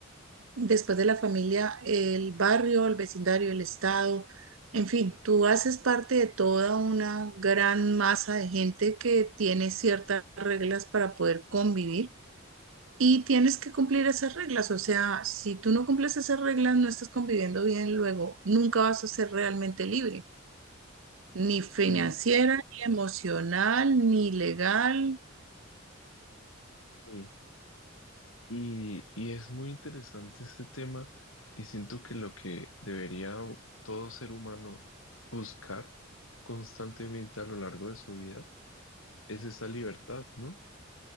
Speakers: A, on the right (about 70°); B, on the left (about 75°).
A: Después de la familia, el barrio, el vecindario, el estado, en fin, tú haces parte de toda una gran masa de gente que tiene ciertas reglas para poder convivir Y tienes que cumplir esas reglas, o sea, si tú no cumples esas reglas, no estás conviviendo bien luego, nunca vas a ser realmente libre, ni financiera,
B: Mm.
A: ni emocional, ni legal.
B: sí. Y, y es muy interesante este tema y siento que lo que debería todo ser humano buscar constantemente a lo largo de su vida es esa libertad, ¿no?